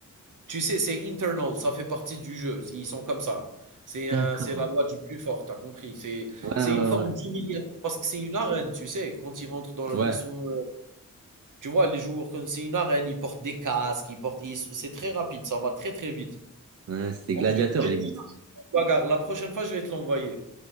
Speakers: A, on the right; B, on the right.
A: Tu sais, c'est internal, ça fait partie du jeu. Ils sont comme ça. C'est
B: D'accord.
A: un- c'est la loi du plus fort, t'as compris. C'est
B: Ouais, ouais,
A: c'est une forme
B: ouais.
A: d'humiliation parce que c'est une arène, tu sais. Quand ils rentrent dans le,
B: Ouais,
A: ils sont, euh, tu vois, les joueurs, quand c'est une arène, ils portent des casques, ils portent, ils- c'est très rapide, ça va très très vite.
B: Ouais, c'est des
A: Ensuite,
B: gladiateurs
A: j'ai
B: limite.
A: déjà une bagarre. La prochaine fois, je vais te l'envoyer.